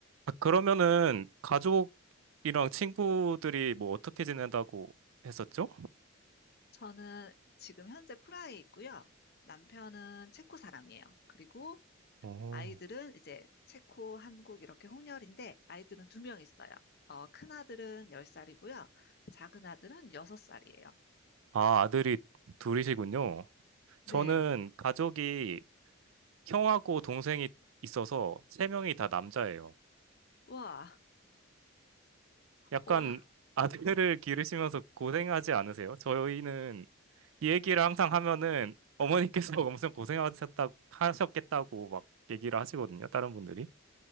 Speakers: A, on the right; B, on the left.
A: 아, 그러면은 가족이랑 친구들이 뭐 어떻게 지낸다고 했었죠?
B: 저는 지금 현재 프라하에 있고요. 남편은 체코 사람이에요. 그리고
A: 오.
B: 아이들은 이제 체코, 한국 이렇게 혼혈인데 아이들은 두 명 있어요. 어, 큰 아들은 열 살이고요 작은 아들은 여섯 살이에요
A: 아, 아들이 둘이시군요.
B: 네.
A: 저는 가족이 형하고 동생이 있어서 세 명이 다 남자예요.
B: 와,
A: 약간
B: 와,
A: 아들을 기르시면서 고생하지 않으세요? 저희는 이 얘기를 항상 하면은 어머니께서 <laughs> 엄청 고생하셨다 하셨겠다고 막 얘기를 하시거든요. 다른 분들이.